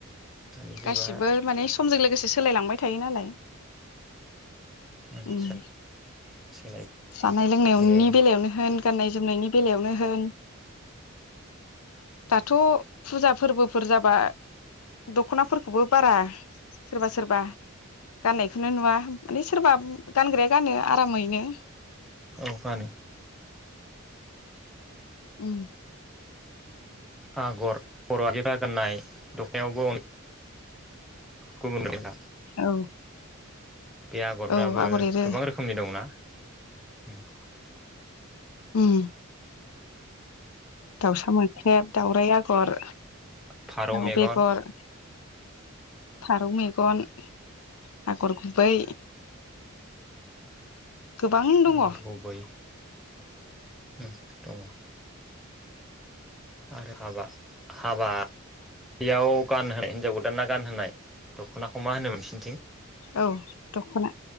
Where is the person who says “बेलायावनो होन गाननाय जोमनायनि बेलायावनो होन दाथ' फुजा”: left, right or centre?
Left